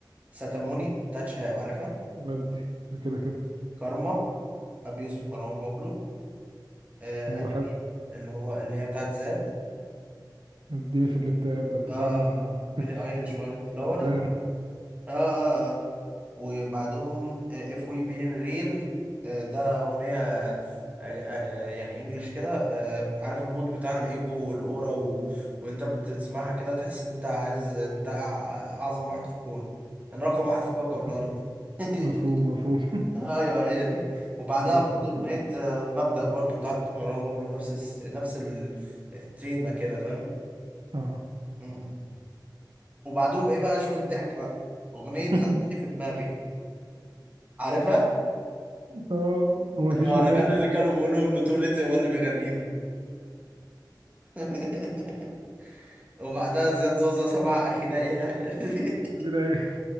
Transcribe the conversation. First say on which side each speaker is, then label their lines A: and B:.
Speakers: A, on the right; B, on the right.
A: ستاموني بتاعت شهاب عارفها
B: ودي ده كده كده
A: كارما ابي يوسف مروان بابلو آه
B: وبحب
A: انا مين اللي هو اللي هي بتاعت زاد
B: اديني في الاكتئاب ده أنت
A: اه
B: فعلا
A: اه اه بيلي
B: <laughs>
A: ايليش
B: ما-
A: وايلد فلاور
B: تعبان
A: اه اه اه وبعدهم اف وي بين ريل ده اغنيه آه، آه، آه، يعني انجلش كده آه، عارف المود بتاع الايجو والاورا و... وانت بتسمعها كده تحس ان انت عايز انت أع- اعظم واحد في الكون انا رقم واحد في كوكب
B: <laughs>
A: الارض <laughs>
B: مفهوم مفهوم
A: ايوه هي دي وبعدها
B: عارفها
A: برضو
B: الحاجات
A: اغنيه
B: دي
A: آه، المبدأ برضو بتاعت مروان بابلو نفس الس- نفس ال- التيمه كده فاهم
B: اه
A: مم. وبعدهم ايه بقى شوف الضحك بقى اغنيه
B: <laughs>
A: لعبتي
B: جميل
A: في دماغي عارفها
B: اه ومفيش
A: المهرجان
B: مكان
A: اللي كانوا بيقولوا انه توليت هو اللي بيغنيه ده <laughs> وبعدها زياد زازا سمع اخينا ايه الحلال
B: كده ايه